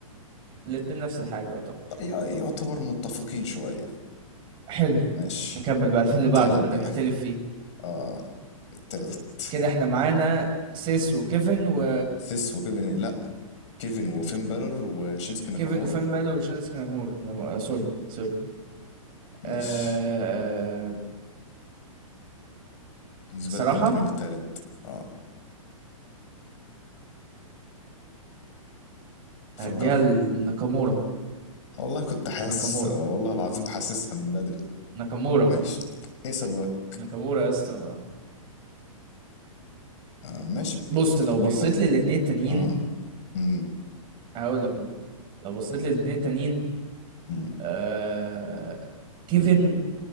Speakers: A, on the right; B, on the left.
A: الاثنين نفس الحاجه يعتبر
B: طيب يع- يعتبر متفقين شوية
A: حلو
B: ماشي
A: نكمل بقى في
B: التالت
A: اللي بعده اللي هنختلف
B: بقى
A: فيه
B: اه التالت
A: كده احنا معانا سيس وكيفن و
B: سيس وكيفن لا كيفن وفين بالور وشينسكي ناكامورا
A: كيفن وفين بالي وشينسكي ناكامورا لا، ما- آه، سوري سوري
B: ماشي
A: أه...
B: بالنسبة
A: صراحة
B: لك انت مين التالت اه فجرها
A: هديها لناكامورا
B: والله كنت حاسس
A: ناكامورا
B: والله العظيم حاسسها من بدري
A: ناكامورا
B: ماشي ايه سببك
A: ناكامورا يا اسطى
B: ماشي يعني
A: بص لو
B: ليه
A: بصيت
B: بقى
A: للاتنين التانيين
B: اه امم
A: هقول لك اهو لو بصيت
B: قول
A: للاتنين التانيين
B: امم
A: آه... كيفن